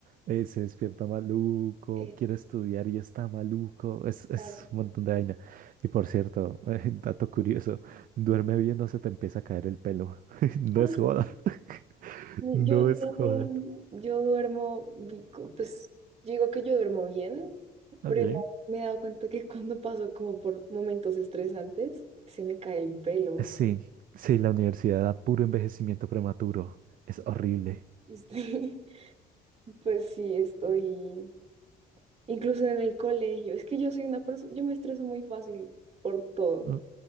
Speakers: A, on the right (about 55°); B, on the right (about 40°).
A: eh, se despierta maluco,
B: eh,
A: quiere estudiar y está maluco, es, es
B: claro.
A: un montón de vaina. Y por cierto, <laughs> eh, dato curioso, duerme bien, no se te empieza a caer el pelo. <laughs> No
B: Ah,
A: es joda, <laughs>
B: mm,
A: no
B: Yo, eh,
A: es joda.
B: yo duermo, bi- co- pues yo digo que yo duermo bien,
A: Ok.
B: pero igual me he dado cuenta que cuando paso como por momentos estresantes, se me cae el pelo.
A: Sí, sí, la universidad da puro envejecimiento prematuro, es horrible.
B: Este, <laughs> pues sí, estoy incluso en el colegio. Es que yo soy una persona, yo me estreso muy fácil por todo.
A: Ah,